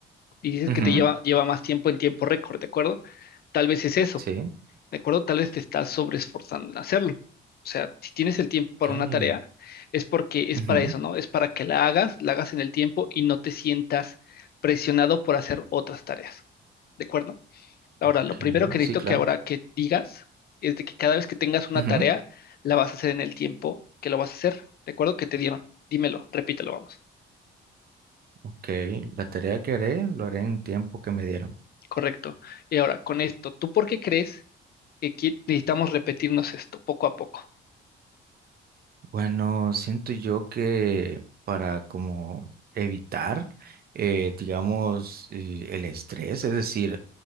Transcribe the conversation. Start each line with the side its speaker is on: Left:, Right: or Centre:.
Left: y dices
Right: Ujú,
Left: que te lleva, lleva más tiempo en tiempo récord, ¿de acuerdo? Tal vez es eso.
Right: sí,
Left: ¿De acuerdo? Tal vez te estás sobreesforzando en hacerlo. O sea, si tienes el tiempo para
Right: ok.
Left: una tarea, es porque es
Right: ujú.
Left: para eso, ¿no? Es para que la hagas, la hagas en el tiempo y no te sientas presionado por hacer otras tareas. ¿De acuerdo? Ahora,
Right: Ok,
Left: lo primero que necesito
Right: Sí, claro.
Left: que ahora que digas es de que cada vez que tengas una
Right: Ujú,
Left: tarea, la vas a hacer en el tiempo que lo vas a hacer. ¿De acuerdo? Que te dieron. Dímelo, repítelo, vamos.
Right: Ok, la tarea que haré lo haré en tiempo que me dieron.
Left: Correcto. Y ahora, con esto, ¿tú por qué crees que qui- necesitamos repetirnos esto poco a poco?
Right: Bueno, siento yo que para como evitar, eh, digamos, eh, el estrés, es decir,